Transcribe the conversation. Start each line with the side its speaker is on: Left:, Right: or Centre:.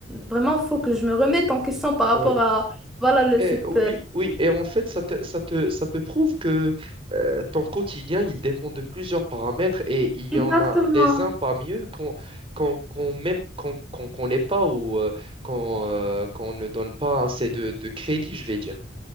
Centre: vraiment, faut que je me remette en question par rapport
Right: Ouais.
Centre: à, voilà, le,
Right: Eh,
Centre: cette...
Right: oui,
Centre: euh,
Right: oui, et en fait, ça te, ça te, ça te prouve que euh, ton quotidien, il dépend de plusieurs paramètres et il y
Centre: Exactement.
Right: en a des uns parmi eux qu'on qu'on, qu'on même, qu'on, qu'on connaît pas ou euh, qu'on euh, qu'on ne donne pas assez de, de crédit, je vais dire.